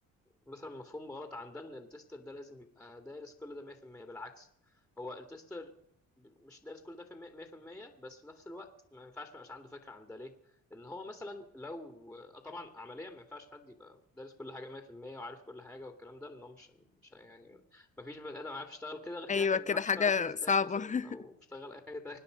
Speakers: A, in the centre; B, on the left.
A: مثلا مفهوم غلط عندنا ان التستر ده لازم يبقى دارس كل ده 100% بالعكس هو التستر ب- مش دارس كل ده في 100% بس في نفس الوقت ما ينفعش ما يبقاش عنده فكره عن ده ليه؟ لان هو مثلا لو آه، طبعا عمليا ما ينفعش حد يبقى دارس كل حاجه 100% وعارف كل حاجه والكلام ده لان هو مش مش يعني ما فيش بني ادم عارف يشتغل كده غير كده
B: ايوه
A: كان
B: كده
A: راح يشتغل
B: حاجة
A: فول ستاك
B: صعبة
A: مثلا
B: <laughs>
A: او اشتغل اي حاجه